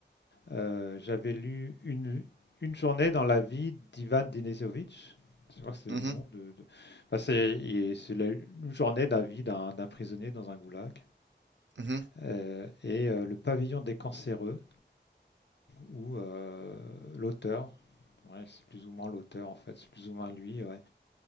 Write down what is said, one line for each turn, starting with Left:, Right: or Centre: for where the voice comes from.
Left: Euh, j'avais lu une, une journée dans la vie d'Ivan Denisovic. Je crois que c'est
Right: Mmh
Left: le nom
Right: mh.
Left: de. de- Enfin, c'est et c'est la- une journée de la vie d'un d'un prisonnier dans un goulag.
Right: Mmh
Left: Euh, et euh, le pavillon des cancéreux, où euh, l'auteur, ouais, c'est plus ou moins l'auteur en fait, c'est plus ou moins lui, ouais,